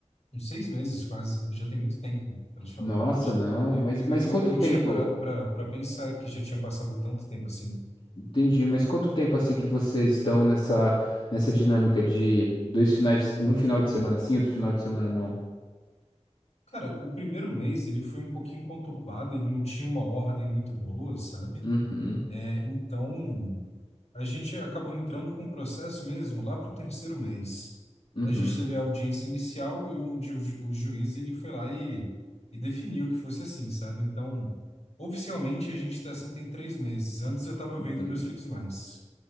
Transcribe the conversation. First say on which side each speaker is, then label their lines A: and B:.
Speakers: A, on the left; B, on the left.
A: uns seis meses quase, já tem muito tempo, para te falar
B: Nossa,
A: a verdade.
B: não.
A: Eu,
B: Mas,
A: eu,
B: mas
A: eu
B: quanto
A: eu não
B: tempo?
A: tinha parado para para pensar que já tinha passado tanto tempo assim.
B: Entendi. Mas quanto tempo assim que vocês estão nessa nessa dinâmica de dois finais, de se- um final de semana sim, outro final de semana não?
A: Cara, o primeiro mês ele foi um pouquinho conturbado, ele não tinha uma ordem muito boa, sabe?
B: Uhum,
A: É, então. A gente acabou entrando com o processo mesmo lá para o terceiro mês.
B: uhum,
A: A gente teve a audiência inicial e onde o, ju- o juiz ele foi lá e, e definiu que fosse assim, sabe? Então, oficialmente a gente está assim tem três meses. Antes eu estava
B: entendi.
A: vendo meus filhos mais.